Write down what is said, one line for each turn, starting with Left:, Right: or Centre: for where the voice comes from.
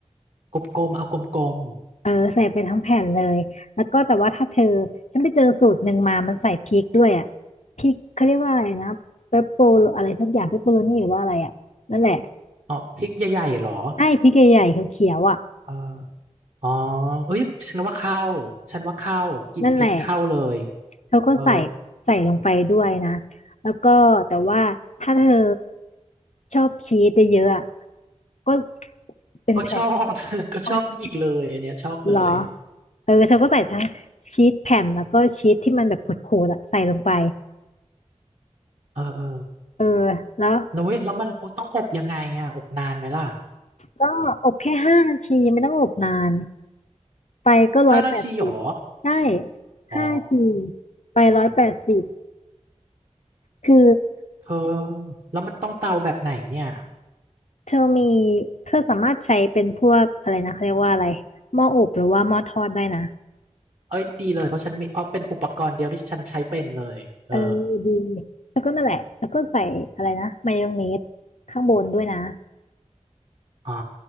Right: กลมๆเอากลม
Left: เออใส่ไปทั้งแผ่นเลยแล้วก็แต่ว่าถ้าเธอฉันไปเจอสูตรหนึ่งมามันใส่พริกด้วยอ่ะพริกเขาเรียกว่าอะไรนะเปปโปอะไรสักอย่างเปปโปโรนี่หรือว่าอะไรอ่ะนั่นแหละ
Right: ๆอ๋อพริกใหญ่ๆเหรอ
Left: ใอ้พริกใหญ่ๆเขียวๆอ่ะ
Right: เอออ๋อเอ้ยฉันว่าเข้าฉันว่าเข้ากลิ่นพริกเข้าเลย
Left: นั่นแหละ เขาก็ใส่
Right: เออ
Left: ใส่ลงไปด้วยนะแล้วก็แต่ว่าถ้าเธอชอบชีสเยอะๆอะก็เป็นแผ่น
Right: ก็ชอบ <laughs> ก็ชอบอีกเลยอันเนี้ยชอบเลย
Left: อ๋อเหรอเออเธอก็ใส่ทั้งชีสแผ่นแล้วก็ชีสที่มันแบบขูดๆอะใส่ลงไป
Right: เออเออ
Left: เออแล้ว
Right: แล้วเว้ยแล้วมันต้องอบยังไงอ่ะอบนานไหมล่ะ
Left: ก็อบแค่ห้านาทีไม่ต้องอบนานไฟก็ร้อยแปดสิบ
Right: ห้านาทีเหรอ
Left: ได้
Right: อ๋อ
Left: ห้านาทีไปร้อยแปดสิบคือ
Right: เธอแล้วมันต้องเตาแบบไหนเนี่ย
Left: เธอมีเธอสามารถใช้เป็นพวกอะไรนะเขาเรียกว่าอะไรหม้ออบหรือว่าหม้อทอดได้นะ
Right: เอ้ยดีเลยเพราะฉันมีเพราะเป็นอุปกรณ์เดียวที่ฉันใช้เป็นเลยเออ
Left: เออดีแล้วก็นั่นแหละแล้วก็ใส่อะไรนะมายองเนสข้างบนด้วยนะ
Right: อ๋อ